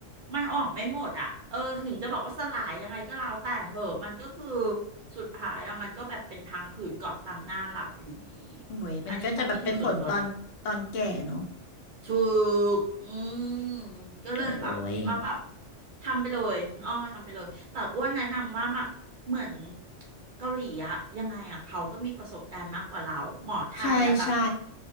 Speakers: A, on the right; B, on the left.
A: มันออกไม่หมดอ่ะเออถึงจะบอกว่าสลายยังไงก็แล้วแต่เหอะมันก็คือสุดท้ายอ่ะมันก็แบบเป็นพังผืดเกาะตามหน้าเราอยู่ดี
B: โอ้ยมันก็จะแบบเป็นผลตอนตอนแก่เนาะ
A: อันนี้ความคิดเห็นส่วนตัวนะถูกอืมก็เลยแบบคิดว่าแบบ
B: โอ้ย
A: ทำไปเลยคุณอ้อทำไปเลยแต่อ้วนแนะนำว่าแบบเหมือนเกาหลีอะยังไงอะเขาก็มีประสบการณ์มากกว่าเราหมอไทยอะแบบ
B: ใช่ใช่